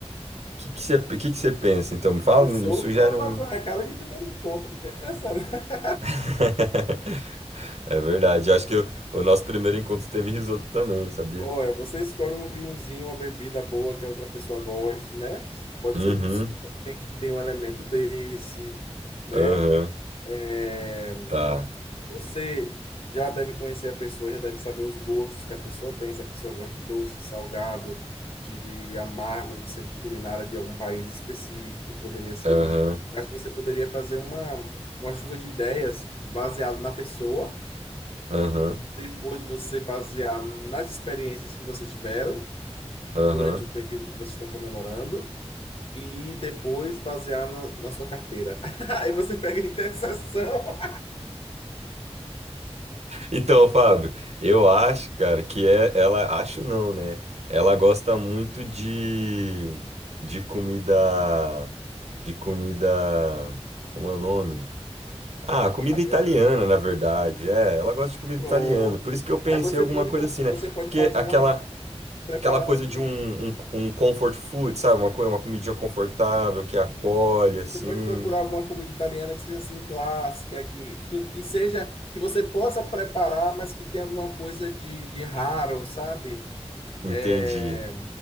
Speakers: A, on the right; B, on the left.
A: O que, que, você, que, que você pensa? Então, me fala,
B: Risoto
A: me, me sugere
B: dá pra
A: um.
B: é cara de primeiro encontro do que aniversário. <laughs>
A: <laughs> É verdade. Eu acho que eu- o nosso primeiro encontro teve risoto também, sabia?
B: Olha, você escolhe um vinhozinho, uma bebida boa que a outra pessoa goste, né? Pode
A: Uhum.
B: ser do suco, tem que ter um elemento desse, né?
A: Aham.
B: É,
A: Tá.
B: Você já deve conhecer a pessoa, já deve saber os gostos que a pessoa tem, se a pessoa gosta de doce, de salgado, de amargo, ou seja de culinária de algum país específico, poderia ser
A: Aham.
B: isso. Eu acho que você poderia fazer uma, uma chuva de ideias baseado na pessoa,
A: Aham.
B: depois você basear nas experiências que você tiveram
A: Aham.
B: durante o período que vocês estão comemorando. E depois basear na na sua carteira. <laughs> Aí você pega a interseção
A: Então, Fábio, eu acho, cara, que é, ela, acho não, né? Ela gosta muito de, de comida, de comida, como é o nome? Ah, comida
B: <laughs> italiana.
A: italiana, na verdade, é, ela gosta de comida
B: Pronto.
A: italiana, por isso que eu pensei
B: Aí você
A: alguma
B: pode,
A: coisa
B: com-
A: assim, né?
B: você pode
A: Porque
B: fazer
A: aquela,
B: uma, ma- preparar
A: aquela coisa
B: alguma,
A: de um, um, um comfort food, sabe? Uma coisa, uma comidinha confortável, que acolhe,
B: assim,
A: assim,
B: você pode procurar alguma comida italiana que seja assim clássica, que, que, que seja, que você possa preparar, mas que tenha alguma coisa de, de raro, sabe?
A: entendi.
B: É,